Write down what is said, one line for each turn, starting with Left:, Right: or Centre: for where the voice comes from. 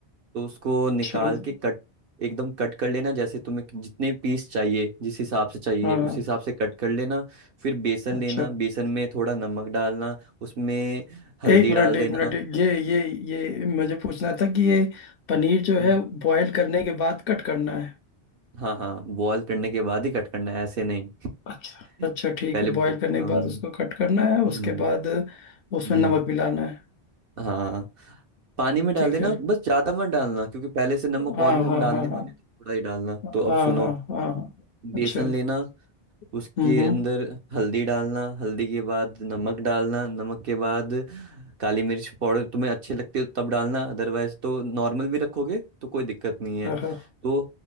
Right: तो उसको निकाल
Left: चल
Right: के कट एकदम कट कर लेना जैसे तुम्हें कि- जितने पीस चाहिए जिस हिसाब से चाहिए
Left: हाँ
Right: उस
Left: हाँ
Right: हिसाब से कट कर लेना फिर बेसन
Left: अच्छा
Right: लेना बेसन में थोड़ा नमक डालना उसमें हल्दी
Left: एक मिनट
Right: डाल
Left: एक
Right: देना
Left: मिनट ये ये ये मुझे पूछना था कि ये पनीर जो
Right: हम्म,
Left: है बॉयल करने के बाद कट करना है
Right: हाँ हाँ बॉयल करने के बाद ही कट करना है ऐसे नहीं
Left: अच्छा
Right: <laughs>
Left: अच्छा ठीक
Right: पहले
Left: है
Right: बो-
Left: बॉईल करने
Right: हम्म
Left: के बाद उसको कट करना है
Right: हम्म
Left: उसके बाद उसमें
Right: हम्म,
Left: नमक मिलाना है
Right: हाँ पानी में डाल
Left: ठीक
Right: देना
Left: है
Right: बस ज्यादा मत डालना क्योंकि पहले से नमक
Left: हाँ
Right: और भी हम
Left: हाँ
Right: डालने
Left: हाँ
Right: वाले
Left: हाँ
Right: थे थोड़ा ही डालना
Left: हाँ
Right: तो अब सुनो
Left: हाँ हाँ हाँ
Right: बेसन
Left: अच्छा
Right: लेना
Left: हम्म
Right: उसके
Left: हम्म
Right: अंदर हल्दी डालना हल्दी के बाद नमक डालना नमक के बाद काली मिर्च पाउडर तुम्हें अच्छे लगते हो तब डालना अदरवाइज तो नॉर्मल भी रखोगे तो कोई दिक्कत नहीं है
Left: हाँ हाँ
Right: तो